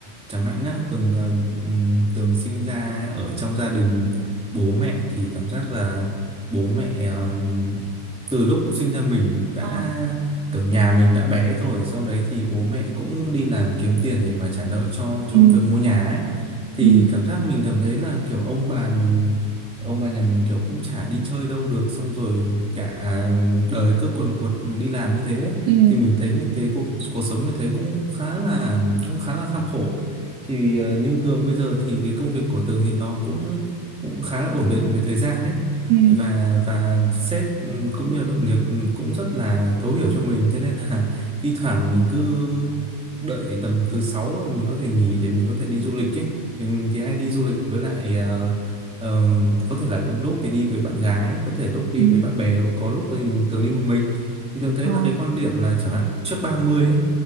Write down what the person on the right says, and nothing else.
Ờ,
ừ,
ừ,
ừ,
ừ,
ừ,
Ờ,